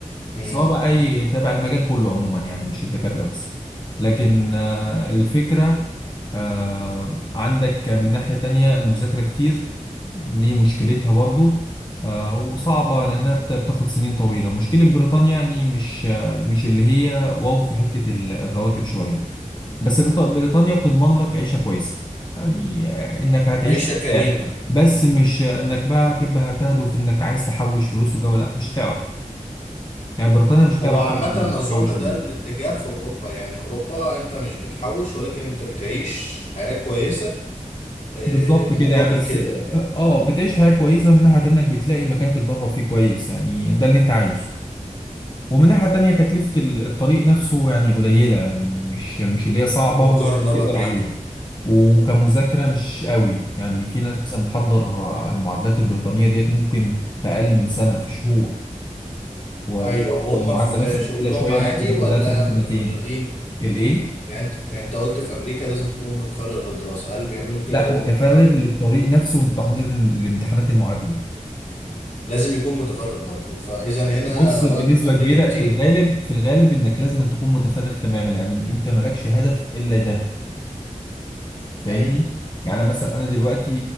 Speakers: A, on the left; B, on the left.
A: امم
B: سواء بقى اي تابع المجال كله عموما يعني مش الدكاتره بس لكن آه، الفكره آه، عندك من ناحيه تانية المذاكره كتير دي مشكلتها برضو آه، وصعبه لانها بت- بتاخد سنين طويله مشكله بريطانيا يعني مش آه، مش اللي هي واو في حته ال- الرواتب شويه بس بريط- بريطانيا بتضمن لك عيشه كويسه يعني آه، انك هتعيش
A: عيشة كريمة
B: مرتاح. بس مش آه، انك بقى هتبقى هتهدف انك عايز تحوش فلوس وجو لا مش هتعرف يعني بريطانيا مش هتعرف
A: هو عامة
B: تعمل-
A: اظن
B: تحوش فلوس
A: ده الاتجاه في اوروبا يعني اوروبا انت مش بتحوش ولكن انت بتعيش حياة كويسة آه،
B: بالظبط
A: مقابل
B: كده يعني، بس
A: كده يعني
B: اه آه، بتعيش حياة كويسة من ناحية انك بتلاقي مكان تتدرب فيه كويس يعني ده اللي انت عايزه ومن ناحية تانية تكلفة ال- الطريق نفسه يعني قليلة يعني مش مش اللي هي صعبة
A: مقارنة
B: وتقدر
A: بامريكا
B: عليها وكمذاكرة مش قوي يعني في ناس مثلا بتحضر المعادلات البريطانية ديت ممكن في أقل من سنة في شهور و- ولو
A: ايوه وهم
B: المعادلة
A: في
B: مثلا
A: شغلهم
B: تقيلة شوية
A: عادي
B: ممكن تاخد
A: ولا
B: لها سنة
A: متفرغين
B: سنتين الإيه؟
A: يعني انت يعني انت قلت في امريكا لازم تكون متفرغ للدراسة هل بيعملوا كده
B: لا
A: وهم
B: متفرغ للطريق نفسه والتحضير لامتحانات المعادلة
A: لازم يكون متفرغ برضه فاذا هنا
B: بص
A: وقت
B: بنسبة
A: في امريكا
B: كبيرة
A: كتير
B: في الغالب في الغالب انك
A: مم.
B: لازم أن تكون متفرغ تماما يعني انت مالكش
A: مم.
B: هدف الا ده فاهمني
A: ايوه
B: يعني مثلا انا دلوقتي